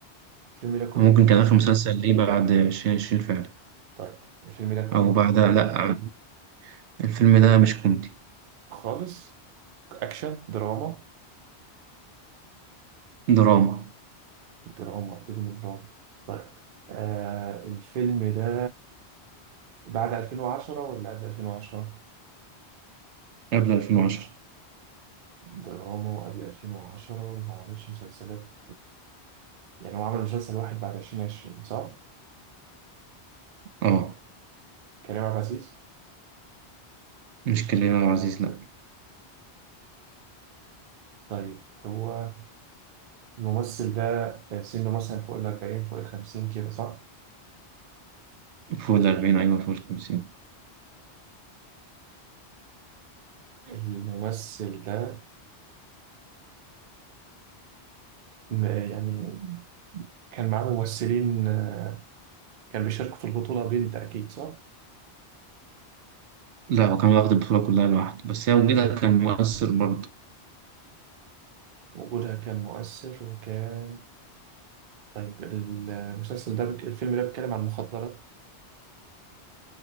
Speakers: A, on the right; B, on the right.
A: الفيلم ده كوميدي
B: ممكن كان آخر مسلسل ليه بعد عشرين عشرين فعلا
A: طيب الفيلم ده كوميدي
B: أو بعدها لأ الفيلم ده مش كوميدي
A: خالص اكشن دراما
B: دراما
A: دراما فيلم دراما طيب آه الفيلم ده بعد 2010 ولا قبل 2010
B: قبل ألفين وعشرة
A: دراما وقبل 2010 وما عملش مسلسلات يعني هو عمل مسلسل واحد بعد 2020 صح
B: اه
A: كريم عبد العزيز
B: مش كريم عبد العزيز لأ
A: طيب هو الممثل ده آه، سنه مثلا فوق ال 40 فوق ال 50 كده صح
B: فوق الأربعين أيوة فوق الخمسين
A: الممثل ده م- يعني كان معاه ممثلين آه، كان بيشاركوا في البطولة بنت أكيد صح؟
B: لا هو كان واخد البطولة كلها لوحده بس هي وجودها كان مؤثر برضه
A: وجودها كان مؤثر وكان طيب المسلسل ده بك... الفيلم ده بيتكلم عن مخدرات